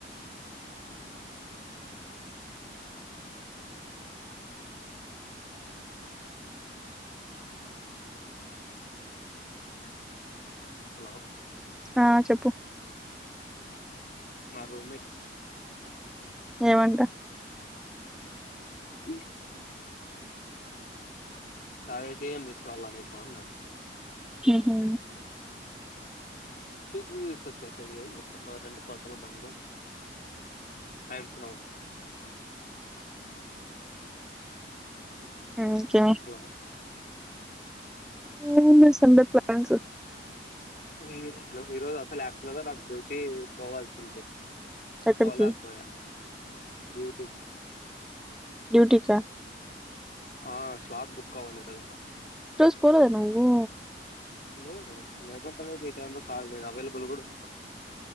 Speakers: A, on the left; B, in the centre.
A: హలో
B: ఆ చెప్పు
A: మా రూమ్మేట్
B: ఏమంట
A: <inaudible> తాగేకి ఏం తీసుకురావాలా నీకు అన్నాడు
B: హుహు
A: <unintelligible> తీసుకొచ్చేసియే రెండు కోటర్ల మందు ఆంపినవ్
B: ఓకే
A: హలో
B: ఏం చేస్తూ సండే ప్లాన్స్
A: ఏం ఈ రోజు అసలు యాక్చువల్ గా నాకు డ్యూటీ పోవాల్సిందే
B: ఎక్కడికి
A: పోవా లేకపోయా డ్యూటీ
B: డ్యూటీ కా
A: ఆ స్లాట్ బుక్ అవ్వలే రోజు నాకు
B: ఈరోజు పోలేదా నువ్వు
A: లేదు లేకుంటే నేను ఈ టైంలో కాల్ నేను అవైలబుల్ కూడా ఉం